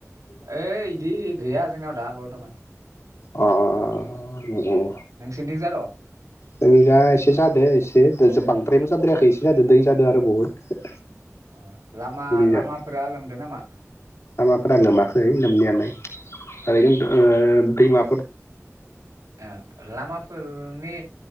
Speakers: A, on the right; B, on the left.
A: ऐ इदि गैया जोंनियाव दा बर्थमान
B: अ अ ओं ओं
A: नोंसोरनिथिं जाद'
B: जोंनि जा एसे जादों एसे बांद्रायबो जाद्रायाखै एसे जादों दै जादों आरो बहुद
A: ओ लामा
B: जोंनिजा
A: लामाफोरा लोमदो नामा?
B: लामाफोरा लोमाखै लोमनायालाय ओरैनो ओ दैमा
A: आ लामाफोरनि